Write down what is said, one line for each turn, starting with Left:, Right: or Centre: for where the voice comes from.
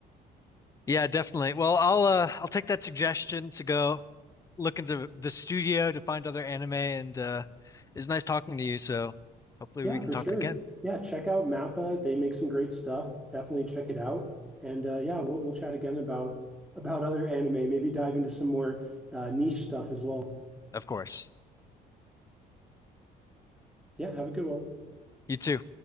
Left: Yeah, definitely. Well, I'll uh I'll take that suggestion to go look into the studio to find other anime and uh it's nice talking to you, so hopefully
Centre: Yeah,
Left: we can
Centre: for
Left: talk
Centre: sure.
Left: again.
Centre: Yeah, check out Mappa. They make some great stuff. Definitely check it out. And uh, yeah, we'll we'll chat again about about other anime. Maybe dive into some more uh, niche stuff as well.
Left: Of course.
Centre: Yeah, have a good one.
Left: You too.